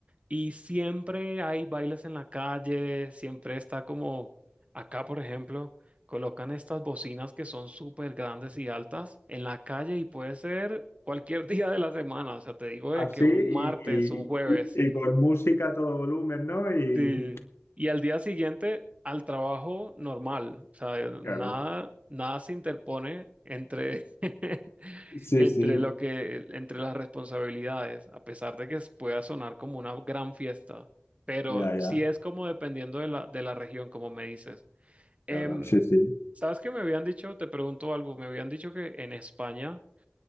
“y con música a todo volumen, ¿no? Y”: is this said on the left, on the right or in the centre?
Left